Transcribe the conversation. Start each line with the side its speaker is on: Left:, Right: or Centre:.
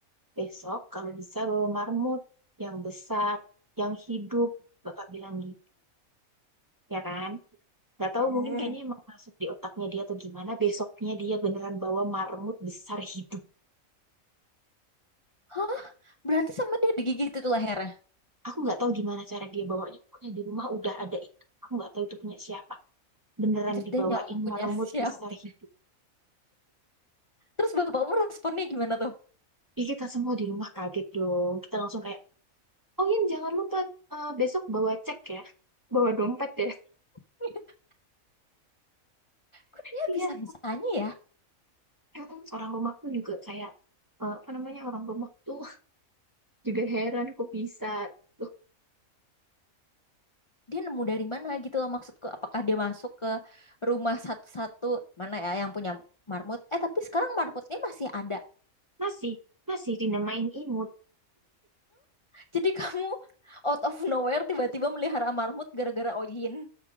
Right: Besok kalau bisa bawa marmut yang besar, yang hidup, Bapak bilang gitu, ya kan? Gak tahu
Left: Mm.
Right: mungkin kayaknya emang masuk di otaknya dia atau gimana. Besoknya dia beneran bawa marmut besar hidup.
Left: Hah? Berarti sama dia digigit itu lehernya.
Right: Aku nggak tahu gimana cara dia bawanya. Pokoknya di rumah udah ada itu. Aku nggak tahu itu punya siapa. Beneran
Left: Anjir,
Right: dibawain
Left: dia nyolong punya
Right: marmut
Left: siapa?
Right: besar hidup.
Left: Terus bapakmu responnya gimana tuh?
Right: Ih, kita semua di rumah kaget dong. Kita langsung kayak, oh iya jangan lupa eh, besok bawa cek ya. Bawa dompet ya.
Left: <laughs> Kok dia
Right: Iya,
Left: bisa-bisanya ya?
Right: Mm-mm. Orang rumahku juga kayak eh, apa namanya orang rumah tuh <laughs> juga heran kok bisa. Loh,
Left: Dia nemu dari mana gitu loh maksudku. Apakah dia masuk ke rumah satu-satu mana ya yang punya marmut? Eh tapi sekarang marmutnya masih ada.
Right: masih masih dinamain imut.
Left: Jadi kamu out of nowhere tiba-tiba melihara marmut gara-gara Oyin.